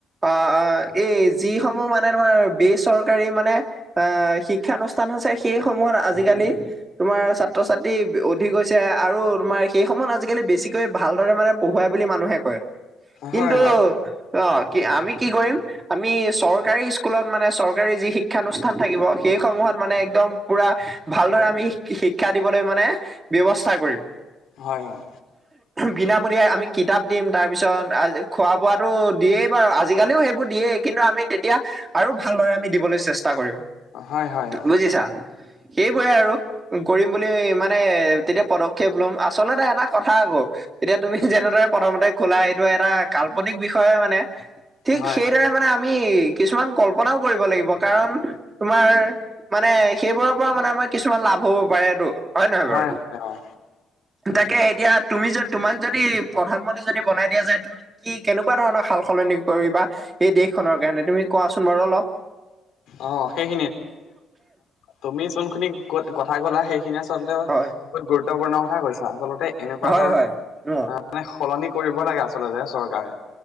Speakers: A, on the right; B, on the left.
A: অ'! এই, যিসমূহ মানে, তোমাৰ বেচৰকাৰী মানে, আঁ শিক্ষানুষ্ঠান আছে। সেইসমূহত আজিকালি তোমাৰ ছাত্ৰ-ছাত্ৰী অধিক হৈছে। আৰু তোমাৰ সেই সময়ত, আজিকালি বেছিকৈ ভালদৰে মানে, পঢ়োৱাই বুলি মানুহে কয়! কিন্তু,
B: হয় হয় হয়
A: অ'! কি আমি কি কৰিম? আমি, চৰকাৰী স্কুলত মানে, চৰকাৰী যি শিক্ষানুষ্ঠান থাকিব। সেইসমূহত মানে, একদম পূৰা ভালদৰে আমি, শিক্ষা দিবলৈ মানে, ব্যৱস্থা কৰিম।
B: হয়, অ'!
A: বিনামলীয়াই আমি কিতাপ দিম। তাৰ পিছত, <unintelligible> খোৱা-বোৱাটো দিয়েই। আজিকালিও সেইবোৰ দিয়েই। কিন্তু, আমি তেতিয়া আৰু ভালদৰে আমি দিবলৈ চেষ্টা কৰিম।
B: অ হয় হয় অ
A: বুজিছা? সেইবোৰে আৰু! কৰিম বুলি মানে, তেতিয়া পদক্ষেপ ল'ম। আচলতে, এটা কথা আকৌ! এতিয়া, তুমি যেনেদৰে প্ৰথমতে ক'লা, এইটো এটা কাল্পনিক বিষয় মানে। ঠিক
B: হয় হয়
A: সেইদৰে মানে, আমি কিছুমান কল্পনাও কৰিব লাগিব। কাৰণ, তোমাৰ মানে, সেইবোৰৰ পৰা মানে, আমাৰ কিছুমান লাভ হ'ব পাৰেতো। নহয়
B: হয়,
A: বাৰু?
B: হয়, অ'!
A: তাকে, এতিয়া তুমি, য তোমাক যদি, প্ৰধানমন্ত্ৰী যদি বনাই দিয়া যায়, তুমি কি, কেনেকুৱা ধৰণৰ সাল-সলনি কৰিবা, এই দেশখনৰ কাৰণে, তুমি কোৱাচোন বাৰু অলপ?
B: অ'! সেইখিনি, তুমি যোন খিনি ক কথা ক'লা, সেই সেই খিনি আচলতে,
A: হয়
B: বহুত গুৰুত্বপূৰ্ণ কথা কৈছা! আচলতে, এনেকুৱা
A: হয়
B: ধৰণৰ
A: হয় উম
B: মানে, সলনি কৰিব লাগে, আচলতে চৰকাৰে।